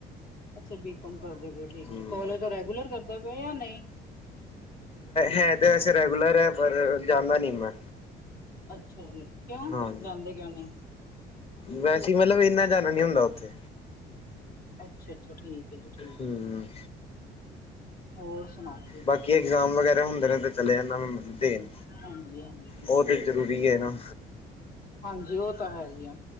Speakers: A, on the left (about 65°); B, on the left (about 35°).
A: ਅੱਛਾ ਬੀ ਕੌਮ ਕਰਦੇ ਪਏ ਠੀਕ
B: ਹਮ
A: ਹੈ ਕੋਲਜ ਰੈਗੂਲਰ ਕਰਦੇ ਪਏ ਜਾਂ ਨਹੀਂ
B: ਹੈ ਤੇ ਵੈਸੇ ਰੈਗੂਲਰ ਹੈ ਪਰ ਜਾਂਦਾ ਨੀ ਮੈਂ।
A: ਅੱਛਾ ਜੀ। ਕਿਉਂ
B: ਹਾਂ,
A: ਜਾਂਦੇ ਕਿਉਂ ਨਹੀਂ
B: ਵੈਸੇ ਮਤਲਬ ਇੰਨਾ ਜਾਣਾ ਨੀ ਹੁੰਦਾ, ਉੱਥੇ।
A: ਅੱਛਾ-ਅੱਛਾ ਠੀਕ। ਹੈ ਜੀ ਠੀਕ
B: ਹੂੰ।
A: ਹੈ ਜੀ ਹੋਰ ਸੁਣਾਓ ਜੀ
B: ਬਾਕੀ ਐਗਜ਼ਾਮ ਵਗੈਰਾ ਹੁੰਦੇ ਨੇ, ਤੇ ਚਲੇ ਜਾਨਾ ਵਾਂ, ਦੇਣ।
A: ਹਾਂਜੀ-ਹਾਂਜੀ।
B: ਉਹ ਤੇ ਜ਼ਰੂਰੀ ਏ, ਨਾ।
A: ਹਾਂਜੀ, ਉਹ ਤਾਂ ਹੈਹੀ ਆ,